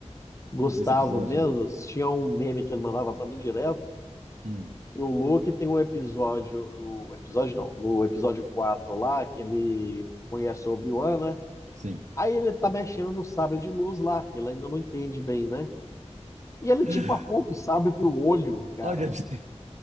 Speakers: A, on the left; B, on the right.
A: Gustavo
B: não vi esse episódio,
A: mesmo,
B: não.
A: tinha um meme que ele mandava pra mim direto,
B: Hum,
A: Que o Luke tem um episódio, o episódio não, no episódio 4 lá, que ele conhece o Obi-Wan, né?
B: sim.
A: Aí ele tá mexendo no sabre de luz lá, que ele ainda não entende bem, né? E ele
B: <laughs>
A: tipo aponta o sabre pro olho, cara.
B: Olha pra você.